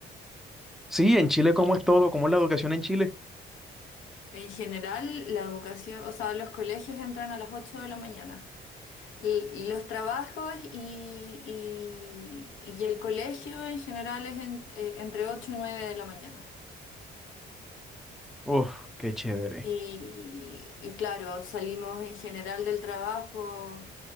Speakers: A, in the centre; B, on the left.
A: Sí, en Chile, ¿cómo es todo? ¿Cómo es la educación en Chile?
B: En general, la educación, o sea, los colegios entran a las 8 de la mañana. L- los trabajos y, y- y el colegio en general es en- eh, entre 8 y 9 de la mañana.
A: Uf, qué chévere.
B: Y, y claro, salimos en general del trabajo